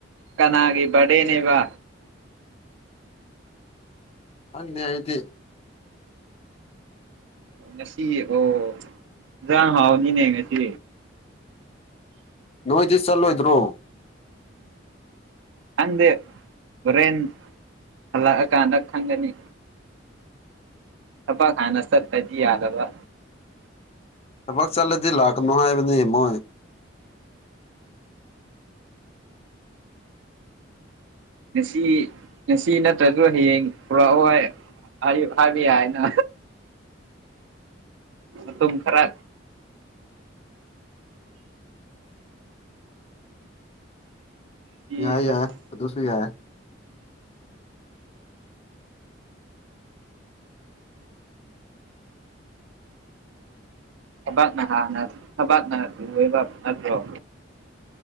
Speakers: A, on the right; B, on the left.
A: ꯀꯅꯥꯒꯤ ꯕꯥꯔꯗꯦꯅꯦꯕ
B: ꯈꯟꯗꯦ ꯑꯩꯗꯤ
A: ꯉꯁꯤꯒꯤ ꯑꯣ ꯖꯥꯔꯡ ꯍꯥꯎꯅꯤꯅꯦ ꯉꯁꯤ
B: ꯅꯣꯏꯗꯤ ꯆꯠꯂꯣꯏꯗ꯭ꯔꯣ
A: ꯈꯪꯗꯦ ꯍꯣꯔꯦꯟ ꯍꯜꯂꯛꯑꯀꯥꯟꯗ ꯈꯪꯒꯅꯤ ꯊꯕꯛ ꯍꯟꯅ ꯆꯠꯇꯗꯤ ꯌꯥꯗꯕ
B: ꯊꯕꯛ ꯆꯠꯂꯗꯤ ꯂꯥꯛꯀꯅꯨ ꯍꯥꯏꯕꯅꯤ ꯃꯣꯏ
A: ꯉꯁꯤ ꯉꯁꯤ ꯅꯠꯇ꯭ꯔꯁꯨ ꯍꯌꯦꯡ ꯄꯨꯔꯛꯑꯣꯏ ꯑꯌꯨꯛ ꯍꯥꯏꯕ ꯌꯥꯏꯅ ꯑꯗꯨꯝ ꯈꯔ ꯁꯤ
B: ꯌꯥꯏ
A: ꯑꯁ
B: ꯌꯥꯏ ꯑꯗꯨꯁꯨ ꯌꯥꯏ
A: ꯊꯕꯥꯛꯅ ꯍꯥꯟꯅ ꯊꯕꯥꯛꯅ ꯂꯨꯑꯦꯕ ꯅꯠꯇ꯭ꯔꯣ